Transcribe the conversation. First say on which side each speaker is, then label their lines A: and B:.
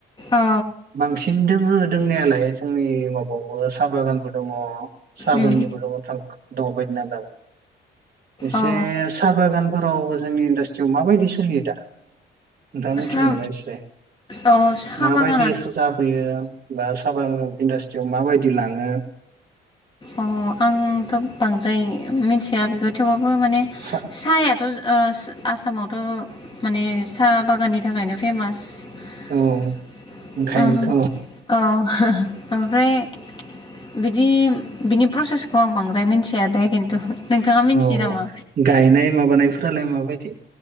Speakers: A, on the left; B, on the right.
A: औ
B: बांसिन द आंङो दोंनायालाय जोंनि माबायावबो साहा बागानबो दङ साबोननिबो
A: उम
B: दङ थां दङबायायदि नदां एसे
A: औ
B: साहा बागानफोराव जोंनि इडास्ट्रियाव माबायदि सोलियो दा नोंथाङा मिथिगौ
A: साहा
B: नबाय इसेलाय
A: औ साहा
B: माबायदिखौ
A: बागाना
B: जाबोयो बा साबा इन्डास्ट्रियाव माबायदि लांङो
A: अ आंथ बांद्राय मिथिया बेखौ थेवबबो थबो माने
B: सा
A: साहायाथ आसामावथ माने साहा बागाननि थाखायनो फेमास <unintelligible>
B: औ
A: ओ
B: ओंखायनोथ
A: औ ओमफ्राय बिदि बिनि प्रसेसखौ आं बांद्राय मिथिया दे खिन्थु नोंथाङा मिन्थियो
B: औ
A: नामा
B: गायनाय माबानाय ब्रालाय माबायदि